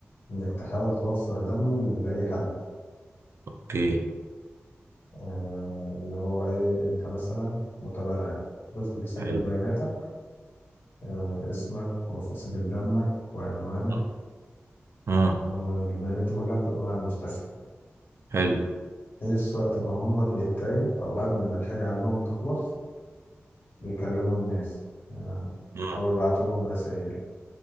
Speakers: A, on the left (about 65°); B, on the right (about 70°).
A: انك تحاول توفر دم لاي حد
B: اوكي
A: آه اللي هو ايه انت مثلا متبرع تدخل تسجل
B: حلو
A: بياناتك آه اسمك وفصيلة دمك وعنوانك
B: اه آه.
A: والبيانات دي كلها بتبقى مع المستشفى
B: حلو
A: بحيث وقت ما هم بيحتاجوا أو قبل ما الحاجة عندهم تخلص بيكلموا الناس آم،
B: اه
A: أو يبعتوا لهم رسائل